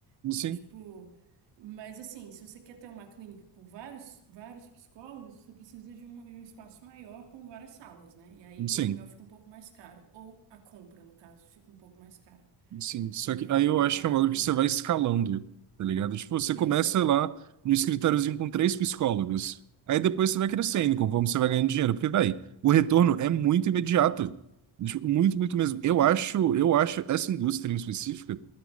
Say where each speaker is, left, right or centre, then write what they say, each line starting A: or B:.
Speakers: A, on the right; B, on the right.
A: Então,
B: sim,
A: tipo, mas assim, se você quer ter uma clínica com vários, vários psicólogos, você precisa de um, de um espaço maior com várias salas, né? E aí
B: sim.
A: o aluguel fica um pouco mais caro. Ou a compra, no caso, fica um pouco mais cara,
B: Sim, só
A: né?
B: que aí eu
A: E
B: acho
A: aí,
B: que é uma coisa que você vai escalando, tá ligado? Tipo, você
A: isso.
B: começa lá no escritóriozinho com três psicólogos. Aí depois você vai crescendo, conforme você vai ganhando dinheiro. Porque, véi, o retorno é muito imediato. Tipo, muito, muito mesmo. Eu
A: Uhum.
B: acho, eu acho essa indústria em específica,